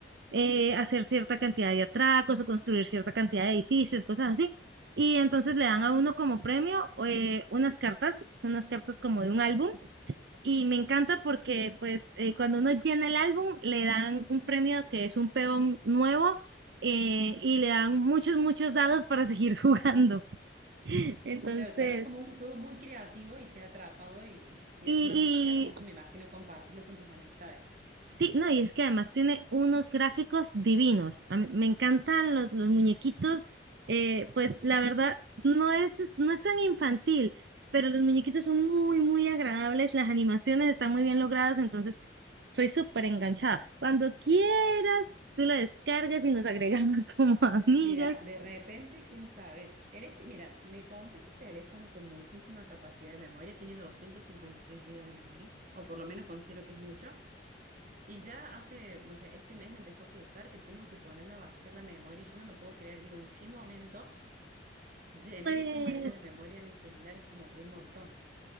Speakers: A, on the right (about 60°); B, on the right (about 45°).
A: eh, hacer cierta cantidad de atracos o construir cierta cantidad de edificios, cosas así. Y entonces le dan a uno como premio eh, unas cartas, unas cartas como de un álbum y me encanta porque pues eh, cuando uno llena el álbum le dan un premio que es un peón nuevo eh, y le dan muchos, muchos dados para seguir <laughs> jugando. Entonces,
B: Claro, o sea, es como un juego muy creativo y te ha atrapado y, y
A: y,
B: encima es hermoso,
A: y
B: me imagino, compartirlo con tus amistades.
A: sí, no, y es que además tiene unos gráficos divinos. A mí me encantan los, los muñequitos. eh, pues la verdad, no es, es- no es tan infantil, pero los muñequitos son muy, muy agradables. Las animaciones están muy bien logradas, entonces Soy súper enganchada. Cuando quieras, tú la descargas y nos agregamos <laughs> como amigas.
B: Mira, de repente, quién sabe. En este, mira, me compré un teléfono con muchísima capacidad de memoria, tiene 256 gigas de memoria, o por lo menos considero que es mucho. Y ya hace, no sé, este mes me empezó a acusar que tengo que ponerme a vaciar la memoria y yo no lo puedo creer. Digo, ¿en qué momento llené
A: Pues,
B: de esta manera la memoria de mi celular? Es como un montón.